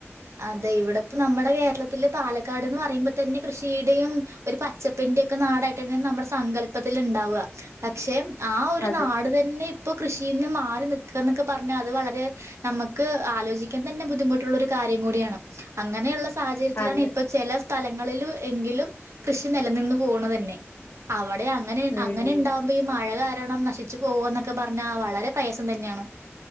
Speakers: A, on the right; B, on the left.
A: അതെ ഇവിടെ ഇപ്പം നമ്മുടെ കേരളത്തില് പാലക്കാട് എന്ന് പറയുമ്പോ തന്നെ കൃഷിയുടെയും. ഒരു പച്ചപ്പിന്റെ ഒക്കെ നാടായിട്ടാണ് നമ്മുടെ സങ്കല്പത്തിൽ ഉണ്ടാവുക, പക്ഷെ ആഹ് ഒരു
B: അതെ
A: നാട്. അത് തന്നെ ഇപ്പൊ കൃഷിന്ന് മാറി നിക്കുക എന്നൊക്കെ പറഞ്ഞാൽ അത് വളരെ. നമുക്ക് ആലോചിക്കാൻ തന്നെ ബുദ്ധിമുട്ടുള്ളൊരു. കാര്യം കൂടിയാണ്, അങ്ങനെയുള്ള സാഹചര്യത്തിലാണ്
B: അതെ
A: ഇപ്പൊ ചില. സ്ഥലങ്ങളിൽ എങ്കിലും കൃഷി നിലനിന്നു പോകണത് തന്നെ, അവിടെ അങ്ങനെ
B: ഉം
A: അങ്ങനെ ഉണ്ടാവ ആകുമ്പോ ഈ മഴ കാരണം നശിച്ചു പോകന്നൊക്കെ പറഞ്ഞാൽ വളരെ പ്രയാസം തന്നെയാണ്